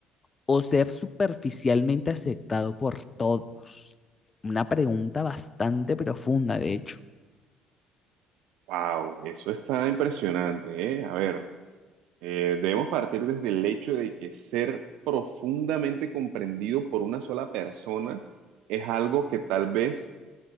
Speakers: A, on the left; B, on the right.
A: o ser superficialmente aceptado por todos? Una pregunta bastante profunda, de hecho.
B: Wow, eso está impresionante, ¿eh? A ver. Eh, debemos partir desde el hecho de que ser profundamente comprendido por una sola persona es algo que tal vez,